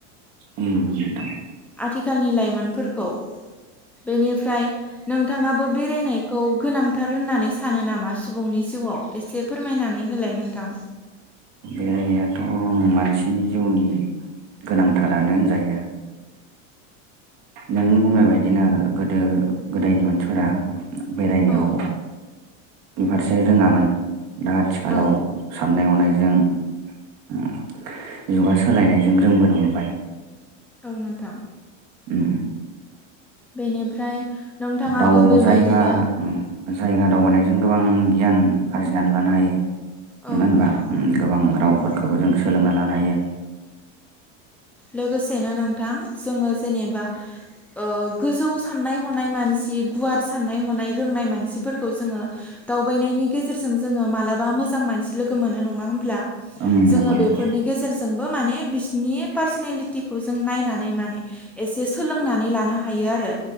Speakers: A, on the right (about 45°); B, in the centre.
A: उम नोंथां
B: आथिखालनि लाइमोनफोरखौ बेनिफ्राय नोंथाङाबो बेरायनायखौ गोनांथार होननानै सानो नामा सुबुंनि जिउआव एसे फोरमायनानै होलाय नोंथां।
A: बेरायनायाथ' मानसिनि जिउनि गोनांथारानो होनजायो। नों बुंनाय बायदिनो गोदो गोदायनि मानसिफोरा बेरायनायाव
B: औ
A: बेफारसे रोङामोन। दा आथिखालाव
B: औ
A: सा अननाय हनायजों उम जुगा सोलायनायजों रोंबोनो हमबाय।
B: औ नोंथां।
A: उम
B: बेनिफ्राय। नोंथाङाबो
A: दाउ
B: बेबायदिनो
A: जायगा। जायगा दावबायनायजों गोबां गियान आरजिनानै लानो हायो।
B: औ
A: नङा होनबा
B: नोंथां
A: गोबां रावफोरखौबो
B: नंगौ
A: जों सोलोंना लानो हायो।
B: लोगोसेनो नोंथां जोङो जेनेबा। ओ गोजौ साननाय हनाय मानसि गुवार साननाय हनाय रोंनाय मानसिफोरखौ जोङो दावबायनायनि गेजेरजों जोङो मालाबा मोजां मानसि लोगो मोनो नङा होमब्ला
A: ओं
B: जोङो
A: नंगौ
B: बेफोरनि
A: नंगौ
B: गेजेरजोंबो माने बिसिनि पार्सनेलिटिखौ जों नायनानै माने एसे सोलोंनानै लानो हायो आरो।